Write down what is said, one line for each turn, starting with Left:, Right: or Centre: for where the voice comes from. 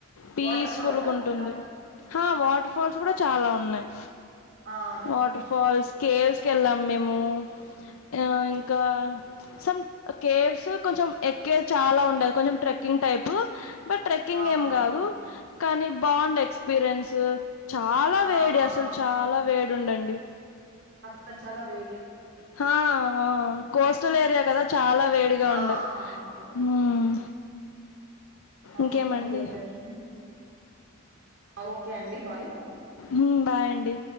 Left: పీస్ఫుల్
Right: వాటర్ ఫాల్సా
Left: గుంటుంది
Right: అక్కడ
Left: హా వాటర్ ఫాల్స్ కూడా చాలా ఉన్నయ్
Right: ఆ
Left: వాటర్ ఫాల్స్ కేవ్స్ కెళ్ళాం మేము ఆ ఇంకా సమ్ కేవ్స్ కొంచెం ఎక్కే చాలా ఉండదు కొంచెం ట్రెక్కింగ్ టైప్ బట్ ట్రెక్కింగ్
Right: ఆ
Left: ఏం
Right: ఆ
Left: కాదు కానీ బాగుండే ఎక్స్పీరియన్స్ చాలా
Right: ఆ
Left: వేడి
Right: ఆ
Left: అసలు చాలా వేడుండం డి
Right: అక్కడ చాల వే
Left: హా ఆ కోస్టల్ ఏరియా కదా చాలా వేడిగా
Right: ఆ
Left: ఉండే
Right: ఆ ఆ
Left: మ్మ్
Right: ఆ
Left: ఇంకేమండి
Right: ఇంకేటండి ఓకే అండి బాయ్
Left: మ్మ్ బాయ్ అండి